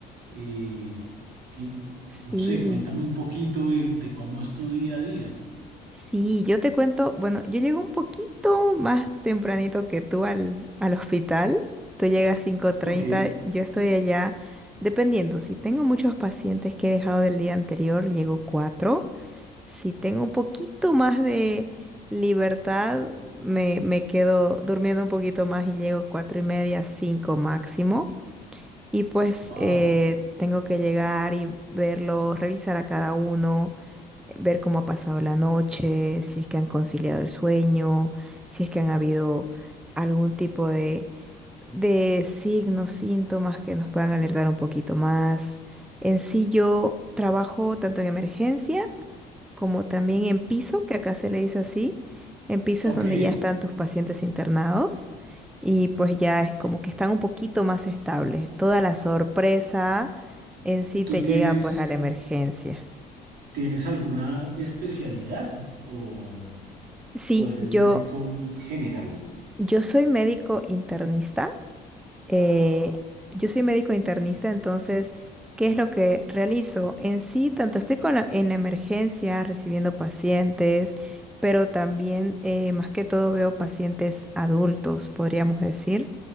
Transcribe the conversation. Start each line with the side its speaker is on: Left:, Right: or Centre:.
Right: eh, que- no
Centre: Sí.
Right: sé, cuéntame un poquito de, de cómo es tu día a día.
Centre: Sí, yo te cuento, bueno, yo llegué un poquito más tempranito que tú al, al hospital. Tú llegas cinco treinta.
Right: Ok.
Centre: yo estoy allá, dependiendo, si tengo muchos pacientes que he dejado del día anterior, llego 4. Si tengo un poquito más de libertad, me, me quedo durmiendo un poquito más y llego 4 y media, 5 máximo. Y pues
Right: Wow.
Centre: eh, tengo que llegar y verlos, revisar a cada uno ver cómo ha pasado la noche, si es que han conciliado el sueño, si es que han habido algún tipo de, de signos, síntomas que nos puedan alertar un poquito más. En sí yo trabajo tanto en emergencia como también en piso, que acá se le dice así. En piso
Right: Ok.
Centre: es donde ya están tus pacientes internados y pues ya es como que están un poquito más estables. Toda la sorpresa en sí
Right: ¿Tú
Centre: te
Right: tienes,
Centre: llega pues a la emergencia.
Right: tienes alguna especialidad o...?
Centre: Sí,
Right: o eres
Centre: yo
Right: médico general.
Centre: Yo soy médico internista. eh, yo soy médico internista, entonces, ¿qué es lo que realizo? En sí, tanto estoy con la- en la emergencia recibiendo pacientes, pero también, eh, más que todo, veo pacientes adultos, podríamos decir,